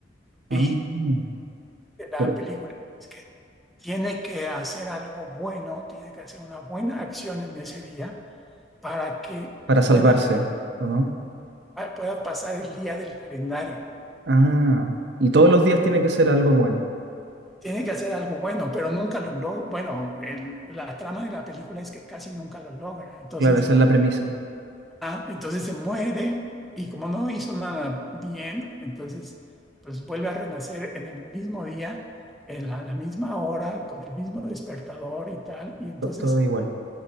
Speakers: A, on the right; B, in the centre.
A: Ah,
B: Y de la
A: pero
B: película es que tiene que hacer algo bueno, tiene que hacer una buena acción en ese día para que
A: para salvarse,
B: pueda,
A: ¿o no?
B: pueda pasar el día del calendario.
A: Ah, y todos los días tiene que ser algo bueno.
B: Tiene que hacer algo bueno, pero nunca lo logra. Bueno, el- la trama de la película es que casi nunca lo logra. Entonces,
A: Claro, esa es la premisa.
B: ah, entonces se muere y como no hizo nada bien, entonces pues vuelve a renacer en el mismo día, en la- a la misma hora, con el mismo despertador y tal. Y entonces
A: To- Todo, igual.